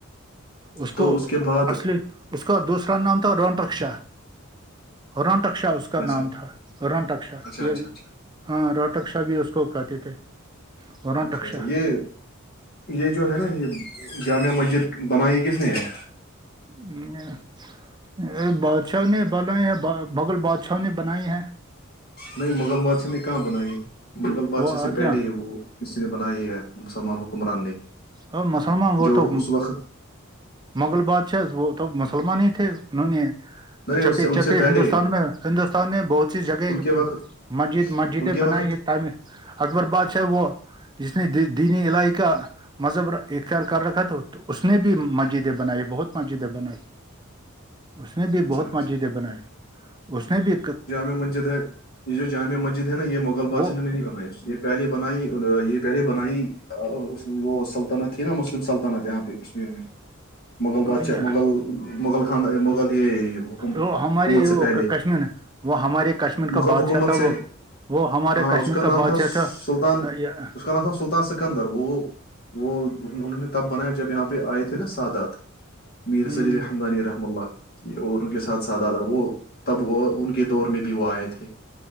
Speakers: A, on the right; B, on the left.
A: اس
B: تو
A: کو
B: کے بعد
A: اصل اس کا دوسرا نام تھا رونٹکشا رونٹکشا اس اس کا
B: اچھا
A: نام تھا رٹکشا
B: اچھا
A: یہ
B: اچھا اچھا
A: ہاں رٹکشا بھی اس کو کہتے تھے رونٹک
B: اچھا اچھا
A: شاہ
B: یہ یہ جو ہے نا یہ جامع مسجد بنائی کس نے ہے
A: <unintelligible> بادشاہ نے بنائے ہیں بغل بادشاہ نے بنائی ہے
B: نہیں مغل بادشاہ نے کہاں بنائی مغل بادشاہ
A: وہ آ
B: سے پہلے
A: گیا
B: ہی وہ کسی نے بنائی ہے مسلمان حکمران نے
A: ا مسلمان وہ
B: جو
A: تو
B: اس وقت
A: مغل بادشاہ وہ تو مسلمان ہی تھے انہوں نے
B: نہیں
A: چپی
B: اس سے ان
A: چپی
B: سے پہلے
A: ہندوستان میں ہندوستان نے بہت سی جگہ
B: ان کے وقت
A: مسجد مسجدیں
B: ان کے
A: بنائی
B: وقت
A: تعمیر اکبر باد صاحب وہ جس نے دینی الائی کا مذہب اختیار کر رکھا تھا تو اس نے بھی مسجد بناائے بہت م جید بنائے اس نے بھی
B: اچھا
A: بہت
B: اچھا
A: مسجدیں بنائی اس نے بھی
B: ع مسجد ہے یہ جو جامع مسجد ہے نا یہ مغل بادش
A: وہ
B: نےنی بنائی اس یہ پہلے بنائی یہ پہلے بنائی وہ سلطنت تھی نا مسلم سلطنت یہاں پہ کشمیر میں مغل بادشاہ
A: یہ-
B: مغل مغل خاند مغل یہ حکم حکومت
A: وہ ہماری
B: سے
A: وہ
B: پہلے
A: کشمیر وہ ہماری کشمیر کا
B: مغل
A: بادشاہ
B: حکومت
A: تھا
B: سے
A: وہ وہ ہمارے
B: ہاں
A: کشمیر
B: اس کا نام
A: بادشاہ
B: تھا سلطان
A: آ، یہ،
B: اس کا نام تھا سلطان س اندر وہ وہ انہوں نے تب بنایا جب یہاں پہ آئے تھے نا سادات میر
A: ہم،
B: صدی الحمدانی رحم اللہ اور ان کے ساتھ سادہ تھا وہ تب وہ ان کے دور میں بھی وہ آئے تھے